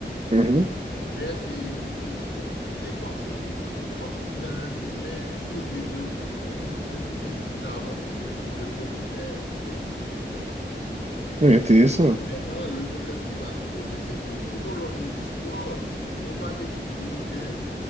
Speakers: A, on the right (about 35°); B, on the left (about 80°).
A: Mhm.
B: Mais c'est c'est- c'est- c'est comme si c'est comme si c'était un humain surdéveloppé, un humain, un humain plus avancé que lui- le commun des, des humains.
A: Oui, intéressant.
B: Maintenant, le problème qui va se poser, c'est que tout au long de l'histoire, on va découvrir que